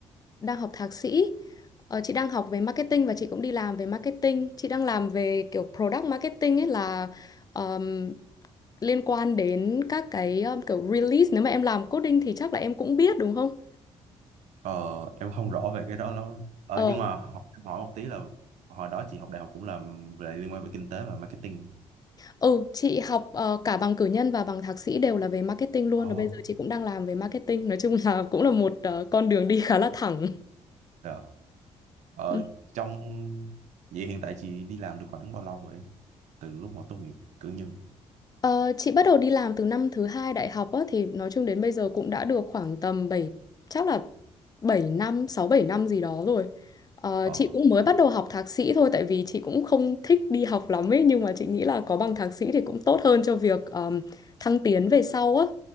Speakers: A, on the left (about 30°); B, on the right (about 80°).
A: đang học thạc sĩ. Ờ, chị đang học về marketing và chị cũng đi làm về marketing. Chị đang làm về kiểu product marketing ấy là ờm, liên quan đến các cái ờm, kiểu release. Nếu mà em làm coding thì chắc là em cũng biết đúng không?
B: Ờ, em không rõ về cái đó lắm. Ờ,
A: Ờ,
B: nhưng mà hỏi, em hỏi một tí là hồi đó chị học đại học cũng làm về liên quan về kinh tế và marketing.
A: ừ, chị học ờ, cả bằng cử nhân và bằng thạc sĩ đều là về marketing luôn.
B: Ồ,
A: Và bây giờ chị cũng đang làm về marketing. Nói chung là cũng là một ờ, con đường đi khá là thẳng.
B: Dạ. Ờ,
A: Ừ.
B: trong vậy hiện tại chị đi làm được khoảng bao lâu rồi? Từ lúc mà tốt nghiệp cử nhân.
A: Ờ, chị bắt đầu đi làm từ năm thứ hai đại học á, thì nói chung đến bây giờ cũng đã được khoảng tầm bảy chắc là 7 năm, sáu bảy năm gì đó rồi. Ờ,
B: Ờ.
A: chị cũng mới bắt đầu học thạc sĩ thôi tại vì chị cũng không thích đi học lắm ấy nhưng mà chị nghĩ là có bằng thạc sĩ thì cũng tốt hơn cho việc ờm, thăng tiến về sau á.